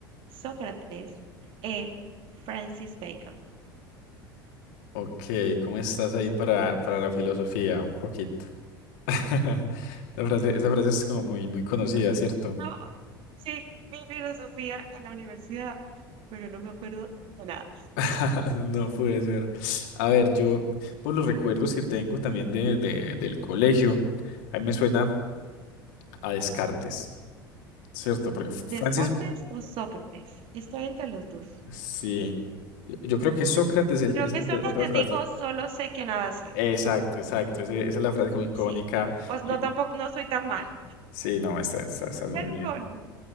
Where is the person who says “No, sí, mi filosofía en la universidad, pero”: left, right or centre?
Right